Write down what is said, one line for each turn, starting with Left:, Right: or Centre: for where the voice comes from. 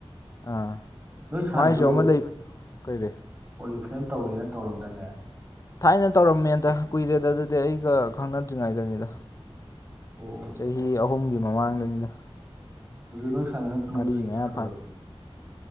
Left: ꯑꯥ
Right: ꯅꯣꯏ ꯁꯥꯏꯖ
Left: ꯃꯥꯏꯁꯨ ꯑꯃ
Right: ꯑꯣꯔꯤꯜ
Left: ꯂꯩ ꯀꯩꯔꯦ
Right: ꯐ꯭ꯂꯦꯝ ꯇꯧꯔꯦꯅ ꯇꯧꯔꯝꯗꯥꯣꯏꯅꯦ
Left: ꯊꯥꯏꯅ ꯇꯧꯔꯝꯃꯦꯗ ꯀꯨꯏꯔꯦꯗ ꯑꯗꯨꯗꯤ ꯑꯩꯒ ꯈꯪꯅꯗ꯭ꯔꯤꯉꯩꯗꯅꯤꯗ
Right: ꯑꯣ
Left: ꯆꯍꯤ ꯑꯍꯨꯝꯒꯤ ꯃꯃꯥꯡꯗꯅꯤꯗ
Right: ꯑꯗꯨ ꯅꯣꯏ ꯁꯥꯟꯅ ꯈꯪꯅꯕ
Left: ꯃꯔꯤ
Right: ꯆꯍꯤ
Left: ꯃꯌꯥ
Right: ꯀꯌꯥ ꯁꯨꯔꯛꯒꯦ